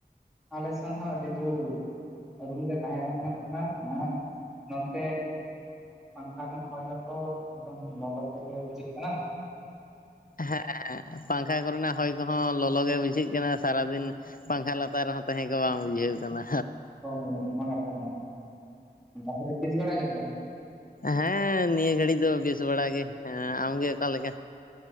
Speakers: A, in the centre; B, on the left.
A: ᱟᱞᱮ ᱥᱦ ᱟᱤᱫ ᱡᱩᱞ ᱨᱩᱢ ᱨᱮ ᱛᱟᱦᱮᱸ ᱵᱟᱝ ᱜᱟᱱᱚᱜ ᱠᱟᱱᱟ ᱟᱨ ᱱᱚᱱᱛᱮ ᱯᱟᱝᱠᱷᱟ ᱨᱮᱱ ᱦᱚᱭ ᱦᱚᱸᱚᱛᱚ ᱮᱠᱫᱚᱢ ᱞᱚᱞᱚ ᱛᱮᱜᱮ ᱵᱩᱡᱷᱟᱹᱜ ᱠᱟᱱᱟ
B: ᱦᱮᱸ ᱯᱟᱝᱠᱷᱟ ᱠᱚᱨᱮᱱᱟᱜ ᱦᱚᱭ ᱠᱚᱦᱚᱸ ᱞᱚᱞᱚᱜ ᱜᱮ ᱵᱩᱡᱷᱟᱹᱜ ᱠᱟᱱᱟ ᱥᱟᱨᱟᱫᱤᱱ ᱯᱟᱝᱠᱷᱟ ᱞᱟᱛᱟᱨ ᱨᱮᱦᱚᱸ ᱛᱟᱦᱮᱸ ᱠᱚ ᱵᱟᱝ ᱵᱩᱡᱷᱟᱹᱣ ᱟᱠᱟᱱᱟ
A: ᱦᱚ ᱩᱱᱟ ᱢᱟ ᱠᱟᱛᱷᱟ ᱠᱟᱱ ᱜᱮᱭᱟ ᱵᱤᱥ ᱵᱟᱲᱟ ᱜᱮ ᱛᱚ
B: ᱦᱮᱸ ᱱᱤᱭᱟᱹ ᱜᱷᱟᱹᱲᱤᱡ ᱫᱚ ᱵᱮᱥ ᱵᱟᱲ ᱜᱮᱸ ᱟᱢᱜᱮ ᱚᱠᱟᱮ ᱞᱮᱠᱟ